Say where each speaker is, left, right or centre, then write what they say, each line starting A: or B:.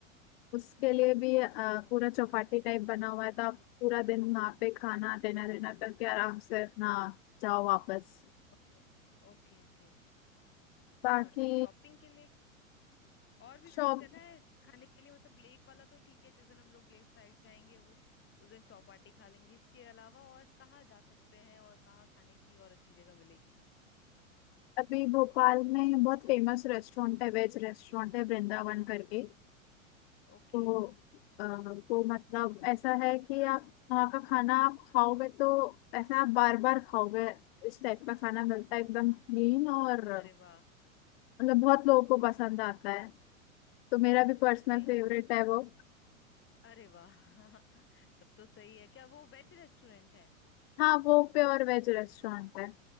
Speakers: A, on the left; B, on the left.
A: उसके लिए भी अ, पूरा चौपाटी टाइप बना हुआ है तो आप पूरा दिन वहाँ पे खाना डिनर डिनर करके आराम से अपना जाओ वापस
B: Okay okay ओके
A: बाकी
B: और फिर शॉपिंग के लिए और भी
A: शॉप
B: कई जगह है खाने के लिए मतलब लेक वाला तो ठीक है जिस दिन हम लोग लेक साइड जाएंगे वो उस दिन चौपाटी खा लेंगे इसके अलावा और कहाँ जा सकते हैं और कहाँ खाने की और अच्छी जगह मिलेगी
A: अभी भोपाल में बहुत फेमस रेस्टोरेंट है वेज रेस्टोरेंट है वृंदावन करके
B: ओके
A: तो अ, वो मतलब ऐसा है कि आप वहाँ का खाना आप खाओगे तो ऐसा आप बार बार खाओगे इस टाइप का खाना मिलता है एकदम क्लीन और
B: अरे वाह
A: मतलब बहुत लोगों को पसंद आता है तो मेरा भी पर्सनल
B: ओके
A: फेवरेट
B: ये-
A: है वो
B: अरे वाह <laughs> तब तो सही है क्या वो वेज रेस्टोरेंट है
A: हाँ वो प्योर वेज रेस्टोरेंट है